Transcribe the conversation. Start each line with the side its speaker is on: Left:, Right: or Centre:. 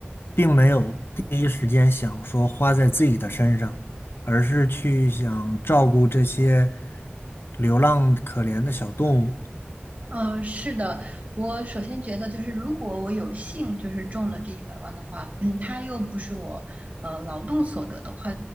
Left: 并没有第一时间想说花在自己的身上，而是去想照顾这些流浪可怜的小动物。
Right: 呃是的，我首先觉得就是如果我有幸就是中了这一百万的话，嗯，它又不是我呃劳动所得的话，